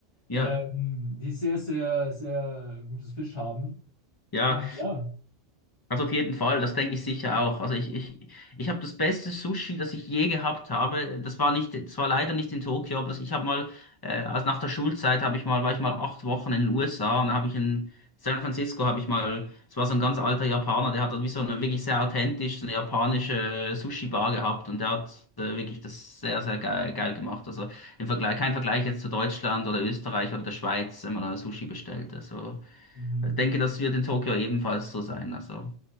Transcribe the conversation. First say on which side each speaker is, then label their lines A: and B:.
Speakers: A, on the left; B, on the left.
A: ja,
B: ähm, die sehr, sehr, sehr gutes Fisch haben.
A: ja,
B: Und ja,
A: also auf jeden Fall, das denke ich sicher auch. Also ich, ich, ich habe das beste Sushi, das ich je gehabt habe. Das war nicht, das war leider nicht in Tokio, aber das, ich habe mal, äh, also nach der Schulzeit habe ich mal, war ich mal acht Wochen in den USA und da habe ich in San Francisco habe ich mal, es war so ein ganz alter Japaner, der hat dort wie so eine wirklich sehr authentisch, so eine japanische äh, Sushi-Bar gehabt und der hat äh, wirklich das sehr, sehr geil, geil gemacht. Also im Vergleich, kein Vergleich jetzt zu Deutschland oder Österreich oder der Schweiz, wenn man da Sushi bestellt. Also
B: mhm.
A: Ich denke, das wird in Tokio ebenfalls so sein. Also,